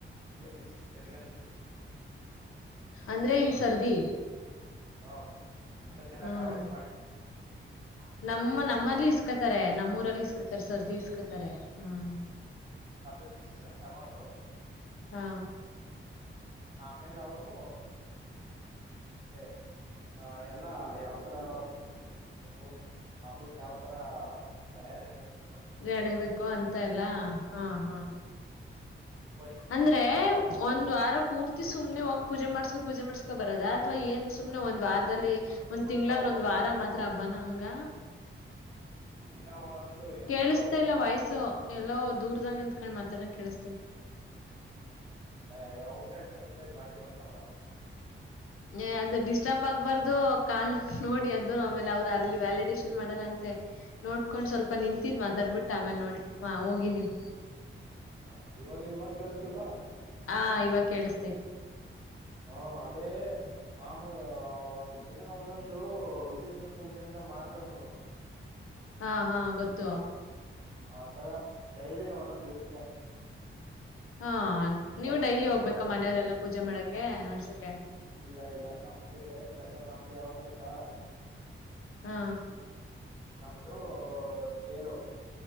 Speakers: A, on the right (about 25°); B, on the left (about 85°).
A: ಒಂದ್ ಊರಿಗೆ ಇಷ್ಟಷ್ಟು ತೆರಿಗೆ ಅಂತ ಇರುತ್ತೆ.
B: ಅಂದ್ರೆ ಈ ಸರ್ದಿ.
A: ಹಾ ಅದನ್ನೆಲ್ಲಾ
B: ಹ್ಮ್
A: ಕಲೆಕ್ಟ್ ಮಾಡಿ. ಹ್ಮ
B: ನಮ್ಮ ನಮ್ಮಲ್ಲಿ ಇಸ್ಕತಾರೆ ನಮ್ಮೂರಲ್ಲಿ ಇಸ್ಕತಾರೆ ಸರ್ದಿ ಇಸ್ ಇಸ್ಕಾತಾರೆ ಹ್ಮ್.
A: ಅದನ್ ಡಿಸಿಷನ್ ತಗೊಂಡು.
B: ಹಾ
A: ಆಮೇಲೆ ಅವರು ಅದೇ ಎಲ್ಲಾ ಯಾವ್ತರ ಪ್ರಕ್ರಿಯೇಶಡ್ಬೇಕು. ಹಬ್ಬಕ್ ಯಾವ ತರ ತಯಾರಿ ನಡಿಸ್
B: ನಡೀಬೇಕು ಅಂತ ಎಲ್ಲ ಹಾ ಹಾ.
A: ಹ
B: ಅಂದ್ರೆ ಒಂದ್ ವಾರ ಪೂರ್ತಿ ಸುಮ್ನೆ ಹೋಗ ಪೂಜೆ ಮಾಡ್ಸು ಪೂಜೆ ಮಾಡ್ಸ್ಕೊ ಬರದ ಅಥವಾ ಏನ್ ಸುಮ್ಮನೆ ಒಂದ್ ವಾರದಲ್ಲಿ. ಒಂದ್ ತಿಂಗಳಲ್
A: ಹ
B: ಒಂದ್ ವಾರ ಮಾತ್ರ ಹಬ್ಬಾನ ಹಂಗ.
A: ದಿನಾ ಓನೊಂದು ಏನಾದ್ರು.
B: ಕೇಳಿಸ್ತಾ ಇಲ್ಲ ವಾಯ್ಸು ಎಲ್ಲೋ ದೂರದಲ್ಲಿ ನಿಂಕೊಂಡ್ ಮಾತಾಡಂಗ ಕೇಳಿಸಸ್ತೈತಿ.
A: ಹೆ ಔಟ್ ಸೈಡ್ ಬಂದಿದೆೆ ಗಾಳಿ ಬಡ್ತಲ್ವಾ.
B: ಏ ಅದು ಆಗ್ಬಾರ್ದು ಕಾಲ್ ನೋಡಿ ಅದು. ಆಮೇಲೆ ಅವರು ಅಲ್ಲಿ ವ್ಯಾಲಿಡೇಶನ್ ವ್ಯಾಲಿಡೇಶನ್ ಮಾಡಲ್ಲ ಅಂತೆ ನೋಡ್ಕೊಂಡ್ ಸ್ವಲ್ಪ ನಿಂತಿದ್ ಮತಡ್ಬಿಟ್ಟ ಆಮೇಲೆ ನೋಡಿ ಮಾ ಹೋಗಿ ನೀವು.
A: ಹಾ ಇವಾಗ ಇವಾಗ ಕೇಳಸ್ತಿಲ್ವಾ.
B: ಹಾ ಇವಾಗ ಕೇಳಿಸ್ತೈತೆ
A: ಹಾ ಅದೇ ಮಾಮ ದಿನ ಒಂದೊಂದು ವಿಶೇಷ ಪೂಜೆ ಅಂತ ಮಾಡ್ತಾರೆ ನೋಡು.
B: ಹಾ ಹಾ ಗೊತ್ತು.
A: ಆ ತರ ಡೈಲಿ ಒಂದೊಂದ್ ಇರುತ್ತೆ.
B: ಹಾ ನೀವು
A: ಇವಾಗ
B: ಡೈಲಿ ಹೋಗ್ಬೇಕಾ
A: ಒಂದ್-
B: ಮನೆಯವರೆಲ್ಲ ಪೂಜೆ ಮಾಡಕೆ ಆಡ್ಸಕೆ.
A: ಇಲ್ಲ ಇಲ್ಲ ನಮ್ಗೆ ಬೇರೆ ಸ್ಪೆಷಲ್ ನಮ್ದು ಯಾವತ್ತ ಗೊತ್ತಾ.
B: ಹಾ
A: ನಮ್ದು ತೇರು.